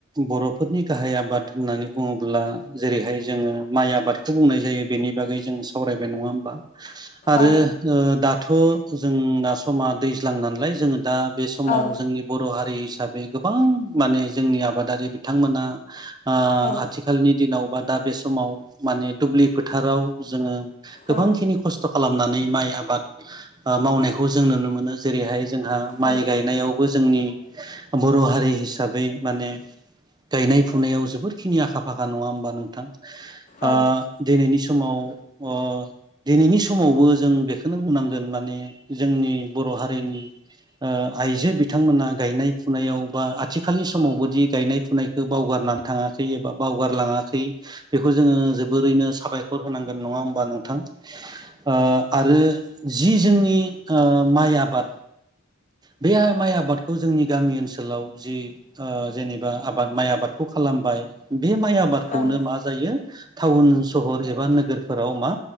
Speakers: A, on the right; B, on the left.
A: बर'। फोरनि गाहाय आबाद होननानै बुङोब्ला जेरैहाय जोङो माइ आबादखौ बुंनाय जायो बेनि बागै जों। सावरायबाय नङा होमबा? आरो
B: औ
A: ओ दाथ' जों दा समा दैज्लां नालाय जोङो दा बे समाव
B: औ
A: जोंनि बर' हारि हिसाबै गोबां माने जोंनि आबादारि बिथांमोना ओ
B: औ
A: आथिखालनि दिनाव बा दा बे समाव माने दुब्लि फोथाराव जोङो गोबांखिनि
B: औ
A: खस्थ' खालामनानै माइ आबाद ओ मावनायखौ जों नुनो मोनो जेरैहाय जोंहा
B: औ
A: माइ गायनायावबो जोंनि बर' हारि हिसाबै माने गायनाय फुनायाव जोबोरखिनि आखा- फाखा नङा होमबा नोंथां ओ
B: औ
A: दिनैनि समाव ओ दिनैनि समावबो जों बेखोनो बुंनांगोन माने जोंनि बर' हारिनि ओ आइजो बिथांमोना गायनाय - फुनायाव बा आथिखालनि समावबोदि गायनाय फुनायखै बावगारनानै थाङा। थै एबा बावगारलाङाखै बेखौ जोङो जोबोरैनो साबायखर होनांगोन नङा होमबा नोंथां ओ आरो जि जोंनि ओ माइ आबाद बे आ माइ आबादखौ जोंनि गामि ओनसोलाव जि ओ जेनेबा आबाद माइ आबादखौ खालामबाय बे माइ आबादखौनो
B: औ
A: मा जायो टाउन सहर एबा नोगोरफोराव मा